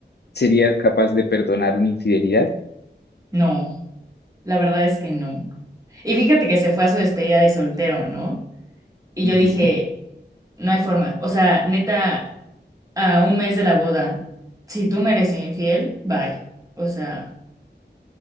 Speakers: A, on the left (about 65°); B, on the right (about 20°).
A: ¿Serías capaz de perdonar una infidelidad?
B: No, la verdad es que no. Y fíjate que se fue a su despedida de soltero, ¿no? Y
A: Ujú.
B: yo dije, no hay forma. O sea, neta, a un mes de la boda, si tú me eres infiel, bye. O sea,